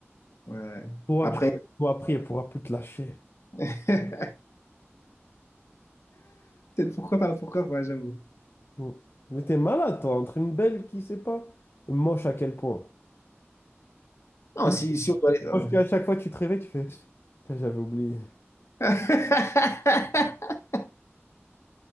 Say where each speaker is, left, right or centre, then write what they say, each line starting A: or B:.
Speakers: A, on the left; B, on the left.
A: Ouais.
B: Toi,
A: Après,
B: tu toi, après, elle pourra plus te lâcher.
A: <laughs> peut-être pourquoi pas, pourquoi pas, j'avoue.
B: Mm. Mais t'es malade, toi, entre une belle qui sait pas, et moche à quel point.
A: Non,
B: Moi,
A: si, si on doit aller. euh.
B: moi, je dis à chaque fois que tu te réveilles, tu fais, Putain, j'avais oublié.
A: <laughs>